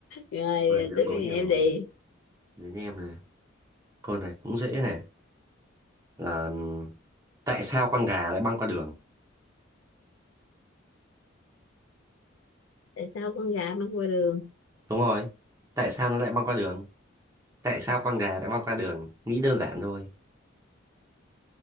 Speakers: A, on the left (about 75°); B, on the right (about 15°).
A: rồi
B: câu này được
A: tức em
B: đố nhiều rồi
A: đi
B: đến em này câu này cũng dễ này là ừm, tại sao con gà lại băng qua đường
A: tại sao con gà băng qua đường
B: đúng rồi tại sao nó lại băng qua đường tại sao con gà lại băng qua đường nghĩ đơn giản thôi